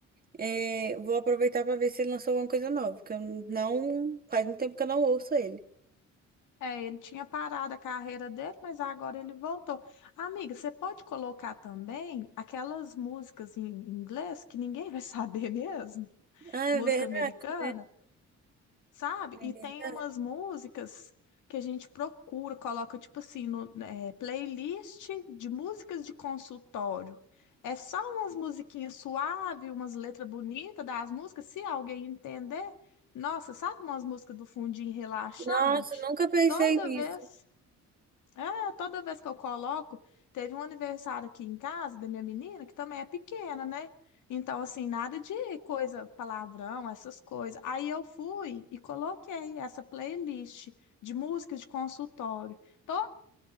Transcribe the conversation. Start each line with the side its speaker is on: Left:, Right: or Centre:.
Right: É, vou aproveitar para ver se ele lançou alguma coisa nova, porque eu não. Faz um tempo que eu não ouço ele.
Left: É, ele tinha parado a carreira dele, mas agora ele voltou. Amiga, você pode colocar também aquelas músicas em inglês que ninguém <laughs> vai saber mesmo?
Right: Ah, é
Left: Música
Right: verdade,
Left: americana?
Right: né?
Left: sabe?
Right: É
Left: E tem
Right: verdade.
Left: umas músicas que a gente procura, coloca tipo assim, no, é, playlist de músicas de consultório. É só umas musiquinhas suaves, umas letras bonitas das músicas, se alguém entender. Nossa, sabe umas músicas do fundinho relaxante?
Right: Nossa, nunca pensei
Left: Toda
Right: nisso.
Left: vez. Ah, toda vez que eu coloco, teve um aniversário aqui em casa da minha menina, que também é pequena, né? Então, assim, nada de coisa, palavrão, essas coisas. Aí eu fui e coloquei essa playlist de músicas de consultório. Tô,